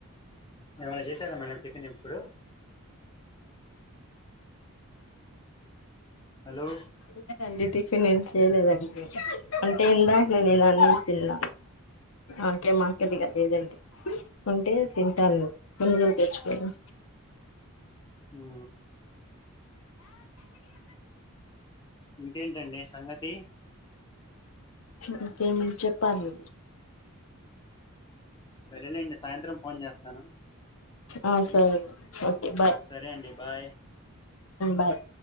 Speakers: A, on the left; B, on the left.
A: ఏమైనా చేశార మేడం టిఫిన్ ఇప్పుడు హలో
B: లదండి టిఫనేం చేయలేదండి అంటే ఇందాకనే నేను అన్నం తిన్నా ఆకే మాకలి దిగలేదండి ఉంటే తిన్ ను పునుగులు తెచ్చుకోని
A: ఆ ఇంకేంటండి సంగతి
B: ఇంకేం చెప్పాలి
A: సరేలేండి సాయంత్రం ఫోన్ చేస్తాను
B: ఆ సరే ఓకే బాయ్
A: సరే అండి బాయ్
B: బాయ్